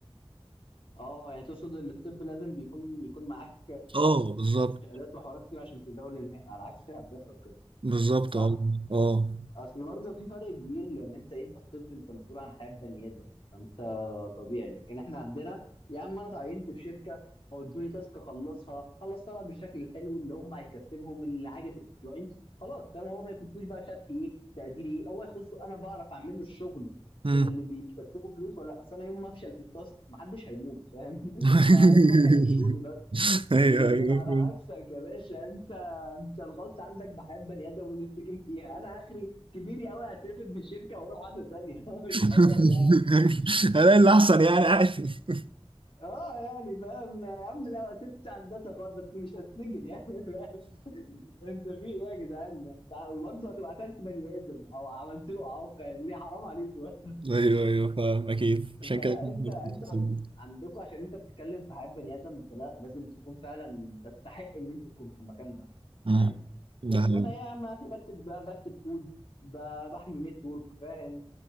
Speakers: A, on the left; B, on the right.
A: اه يعني تقصد ان الطب لازم بيكون يكون معاك
B: اه بالظبط
A: شهادات وحوارات كتير عشان تزاول المهنه على عكس هندسه وكده
B: بالظبط
A: صح؟
B: اه اه
A: اصل برضه في فرق كبير لان انت انت في طب انت مسؤول عن حياه بني ادم فانت طبيعي لكن احنا عندنا يا عم انا اتعينت في شركه هو ادوني تاسك اخلصها خلص طلب بالشكل الحلو اللي هم هيكسبهم اللي عاجب الكلاينت خلاص فاهم هو ما يكونش بقى شات ايه تقدير ايه هو يخصه انا بعرف اعمل له الشغل
B: مم.
A: اللي بيكسبه فلوس ولا لا اصل انا يوم ما افشل في التاسك محدش هيموت فاهم <laughs>
B: <laughs>
A: آه، يا دوبك هيمشوني
B: ايوه
A: لكن
B: ايوه
A: على
B: فهمت.
A: عكسك يا باشا انت انت الغلط عندك بحياة بني ادم ونتسجن فيها انا اخري كبيري قوي هترفد من الشركه واروح عاده تانية <laughs> مش
B: <laughs>
A: حوار يعني
B: الاقي اللي احسن يعني عادي <laughs>
A: اه يعني فاهم يا عم لو سبت هندسه خالص بس مش هتسجن يعني <laughs> فاهم انت في ايه يا جدعان انت وبرضه هتبقى قتلت بني ادم او عملت له اعاقه يعني ليه حرام عليك برضه.
B: ايوه ايوه فاهم اكيد
A: <laughs>
B: عشان
A: فلا
B: كده كنت
A: انت
B: ممكن
A: انت
B: تسميه.
A: عن... عندكم عشان انت بتتكلم في حياة بني ادم انت لا لازم تكون فعلا تستحق ان انت تكون في المكان ده
B: مم.
A: فاهم لكن
B: ده حلو
A: انا ايه يا عم اخي بكتب بكتب كود ب- بحمي نتورك فاهم